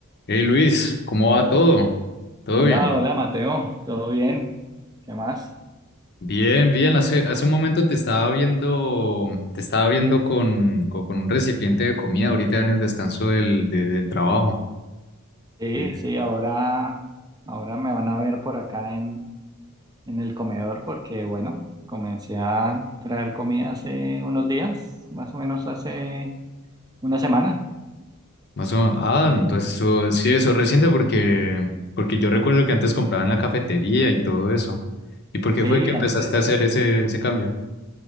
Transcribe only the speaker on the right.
Hola,
hola Mateo, ¿todo bien? ¿Qué más?
Sí,
sí, ahora, ahora me van a ver por acá en, en el comedor porque, bueno, comencé a traer comida hace unos días, más o menos hace una semana.
Sí,
antes,